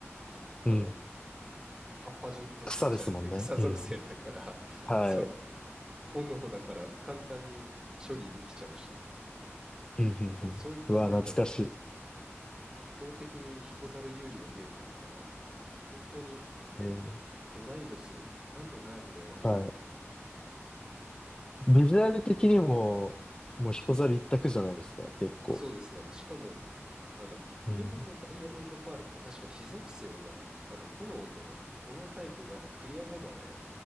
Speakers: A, on the right; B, on the left.
A: きあの、
B: うん。うん
A: 葉っぱじょ属性じゃなくて草属性だから、
B: 草ですもんね。うん。
A: <laughs>
B: はい。
A: そう、炎だから簡単に処理できちゃうし、
B: うん、うん、
A: だからそういった面でも
B: うん。うわ、懐かしい。
A: 圧倒的にヒコザル有利のゲームだったな。本当に
B: ええ
A: ドダイドス、なんでナエトル選んだんだろう。
B: はい。ビジュアル的にも、もう彦猿一択じゃないですか、結構。
A: そうですね。しかも、あの、ポケモンのダイヤモンドパールって確か火属性が、
B: うん。
A: あの、炎の、炎タイプがクリア後まで、